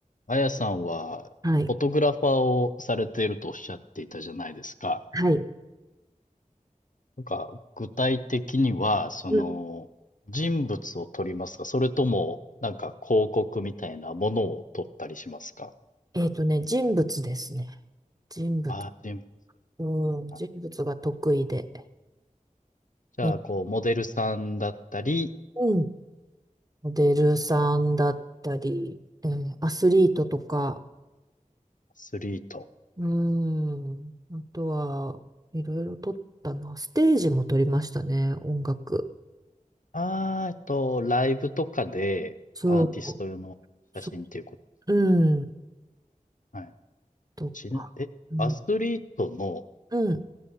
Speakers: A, on the left; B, on the right.
A: あやさんは、
B: はい。
A: フォトグラファーをされているとおっしゃっていたじゃないですか。
B: はい。
A: なんか、具体的には、その、
B: うん
A: 人物を撮りますかそれとも、なんか広告みたいなものを撮ったりしますか
B: えっとね、人物ですね。人物。
A: ああー、人物
B: うん、人物が得意で。
A: か。じゃあ、
B: 日
A: こう、モデルさんだったり、
B: 本モデルさんだったり、えーアスリートとか、
A: アスリート。
B: うん、あとは、いろいろ撮ったな。ステージも撮りましたね、音楽。
A: ああ、えっと、ライブとかで、
B: そう、
A: アーティスト用の写真っていうこと。
B: そ、うん、
A: はい。
B: とか。
A: ちな、え、
B: うん、
A: アスリートの
B: うん、